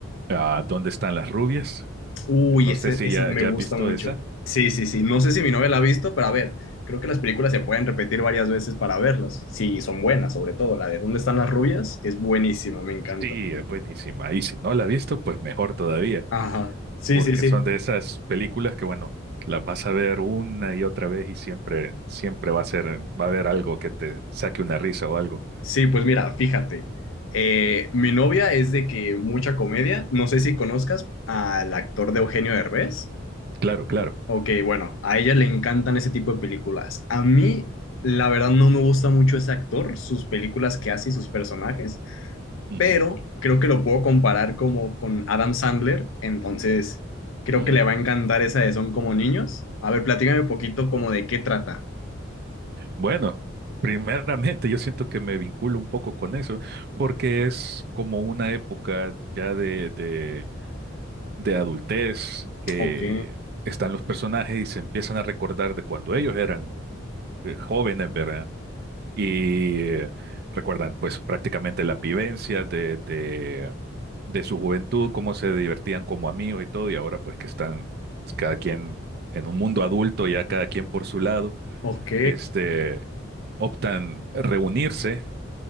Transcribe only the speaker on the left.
Uy,
ese,
ese
me
gusta
mucho.
Sí, sí, sí. No sé si mi novia la ha visto, pero a ver, creo que las películas se pueden repetir varias veces para verlas. Sí, son buenas, sobre todo la de ¿Dónde están las rubias? Es buenísima, me encanta.
Ajá. Sí,
sí, sí.
Sí, pues mira, fíjate. eh, mi novia es de que mucha comedia. No sé si conozcas al actor de Eugenio Derbez.
Ok, bueno, a ella le encantan ese tipo de películas. A mí, la verdad, no me gusta mucho ese actor, sus películas que hace y sus personajes.
pero creo que lo puedo comparar como con Adam Sandler, entonces creo
que le va a encantar esa de Son como niños. A ver, platícame un poquito como de qué trata.
Ok,
ok,